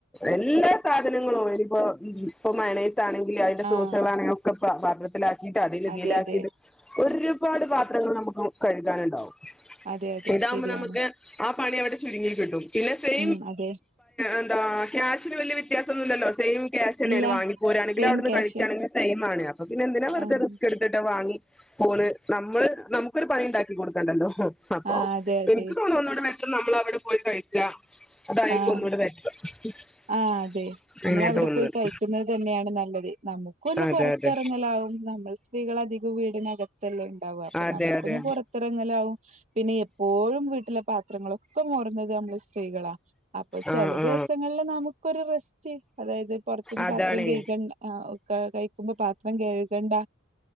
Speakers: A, in the centre; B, on the right.
A: എല്ലാ സാധനങ്ങളും ഇനിപ്പോ ഇപ്പ മണേസ് ആണെങ്കിൽ അതിന്റെ
B: ആഹ്
A: സോസക ആണെങ്കില ഒക്കെ പത്രത്തിലാക്കിട്ട് അതിൽ ഇതിയിലാക്കിയിട്ട്
B: അതെ അതെ
A: ഒരുപാട് പാത്രങ്ങൾ നമുക്ക് കഴുകാനുണ്ടാവും
B: അതെ അതെ
A: ഇതാവുമ്പോൾ
B: ശരിയാണ്
A: നമുക്ക് ആ പണി അവിടെ ചുരുങ്ങി കിട്ടും പിന്നെ സെയിം
B: ഉം അതെ
A: എന്താ ക്യാഷിന് വലിയ വ്യത്യാസംന്നുല്ലല്ലോ സെയിം ക്യാശ് തന്നെയാണ്
B: ഇല്ല
A: വാങ്ങനി പോയാണെങ്കിൽ
B: സെയിം
A: അവിടുന്ന്
B: ക്യാഷ്
A: കഴുകയാണെങ്ക സെയി ആണ് അപ്പ പിന്നെ എന്തിനാ വെറുതെ
B: ആഹ്
A: റിസ്ക് എടുത്തിട്ട് വാങ്ങി പോണ് നമ്മള് നമുക്കൊരു പണിണ്ടാക്കി കൊടുക്കണ്ടല്ലോ അപ്പൊ
B: ആഹ് അതെ അതെ
A: എനിക്ക് തോന്നുംന്നോടെ ബെറ്റ നമ്മൾ അവിടെ പോയി കഴിക്ക അതായിരിക്കും
B: ആഹ്
A: ഒന്നുകൂടെ ബെറ്റർ
B: ആഹ്, അതെ,
A: അങ്ങനെയാ
B: നമ്മൾ അവിടെ
A: തോന്നുന്നത്
B: പോയി കഴിക്കുന്നത് തന്നെയാണ് നല്ലത് നമുക്കു ഒന്ന്
A: അതെ
B: പുറത്തിറങ്ങലാവു
A: അതെ
B: നമ്മൾ, സ്ത്രീകൾ അധികം വീടിനകത്തല്ലേ ഉണ്ടാവ അപ്പൊ
A: അതെ
B: നമുക്കൊന്ന്
A: അതെ
B: പുറ ത്രങ്ങലാവും പിന്നെ എപ്പോഴും വീട്ടിലെ പാത്രങ്ങളൊക്കെ മോർന്നത് നമ്മള് സ്ത്രീകളാ, അപ്പൊ ചില
A: ആ ആ
B: ദിവസങ്ങളില് നമുക്കൊരു റെസ്റ്റ് അതായത് പുറത്തുന്ന്
A: അതാണേ
B: പാത്രം കഴ്കണ്ട, ആഹ്, ഒക്ക കഴിക്കുമ്പോ പാത്രം കഴുകണ്ട,